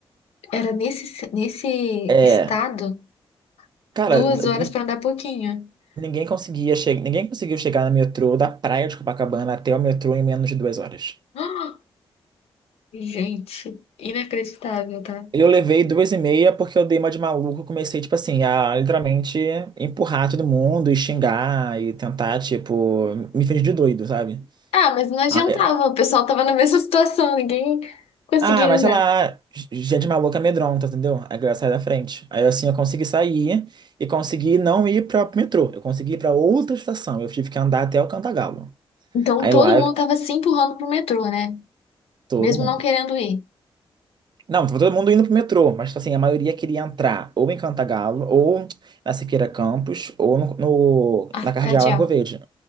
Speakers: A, on the left; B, on the right.
A: era nesse, nesse
B: É,
A: estado,
B: cara,
A: duas
B: n-
A: horas pra andar pouquinho. <gasps>
B: ninguém conseguia chegar, ninguém conseguiu chegar no metrô da praia de Copacabana até o metrô em menos de duas horas.
A: Ah, Gente, inacreditável, tá?
B: Eu levei duas e meia porque eu dei uma de maluco. Comecei, tipo assim, a literalmente empurrar todo mundo e xingar e tentar, tipo, me fingir de doido, sabe?
A: Ah, mas não adiantava,
B: Ah, é.
A: o pessoal tava na <laughs> mesma situação, ninguém conseguia
B: Ah, mas
A: andar.
B: sei lá, gente maluca amedronta, entendeu? Aí a galera sai da frente. Aí assim eu consegui sair e consegui não ir pra metrô. Eu consegui ir pra outra estação. Eu tive que andar até o Cantagalo.
A: Então
B: Aí
A: todo
B: lá
A: mundo tava se empurrando pro metrô, né?
B: todo
A: Mesmo
B: mundo.
A: não querendo ir.
B: Não, tava todo mundo indo pro metrô, mas tipo assim, a maioria queria entrar ou em Cantagalo, ou na Siqueira Campos, ou no, no-
A: Ah,
B: na Cardeal
A: cardeal.
B: Arcoverde.